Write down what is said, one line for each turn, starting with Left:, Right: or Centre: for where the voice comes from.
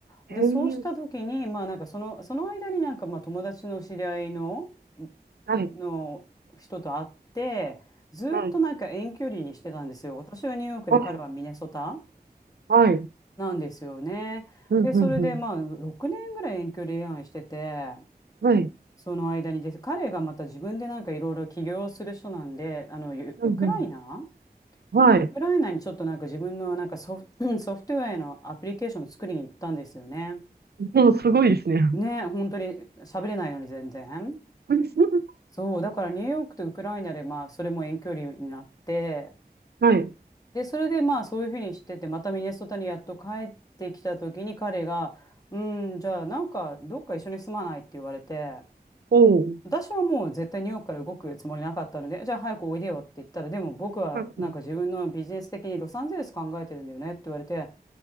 Left: で、
Right: えー、
Left: そうした時にまあなんかその、その間になんかまあ友達の知り合いの、
Right: はい。
Left: の人と会って、ずーっとなんか遠距離してたんですよ。
Right: はい。
Left: 私はニューヨークで彼はミネソタ。
Right: はい。はい。
Left: なんですよね。
Right: うん、
Left: で、それでまあ6年ぐらい遠距離恋愛してて、
Right: うん、うん。はい。
Left: その間にです、彼がまた自分でなんかいろいろ起業する人なんで、あの、ウウクライナ
Right: うん、うん。はい。
Left: ウクライナにちょっとなんか自分のなんかソフ、<clears throat> ソフトウェアのアプリケーションを作りに行ったんですよね。
Right: もうすごいですね。
Left: ね、本当に喋れないのに全然。
Right: <laughs>
Left: そう、だからニューヨークとウクライナでまあそれも遠距離になって、
Right: はい。
Left: で、それでまあそういうふうにしてて、またミネソタにやっと帰ってきた時に彼が、うん、じゃあなんかどっか一緒に住まないって言われて、
Right: おー。
Left: 私はもう絶対ニューヨークから動くつもりなかったので、じゃあ早くおいでよって言ったら、でも僕はなんか自分のビジネス的にロサンゼルス考えてるんだよねって言われて、
Right: はい。はい。